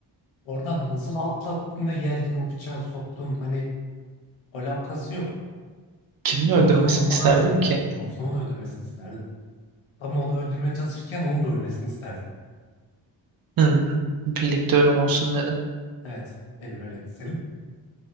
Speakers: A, on the left (about 85°); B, on the right (about 50°).
A: Oradan nasıl atlattın da geldin o bıçağı soktun. Hani alakası yok.
B: Kimin öldürmesini
A: Jon Snow'un falan
B: isterdin
A: öldürmesi,
B: ki?
A: Jon Snow'un öldürmesini isterdim. Ama onu öldürmeye çalışırken onun da ölmesini isterdim.
B: Hı, birlikte ölüm olsun dedim.
A: Evet. Benim öyle senin.